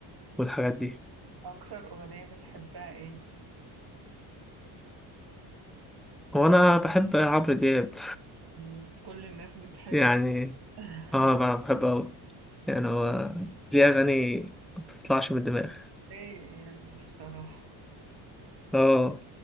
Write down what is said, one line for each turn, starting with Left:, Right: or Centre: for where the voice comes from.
Centre: والحاجات دي
Right: أكتر أغنية بتحبها إيه؟
Centre: هو أنا بحب عمرو دياب
Right: مم. كل الناس بتحبه
Centre: يعني
Right: <laughs>
Centre: اه بقى بحب أوي يعني هو دي أغاني ما بتطلعش من الدماغ
Right: ليه يعني بصراحة
Centre: اه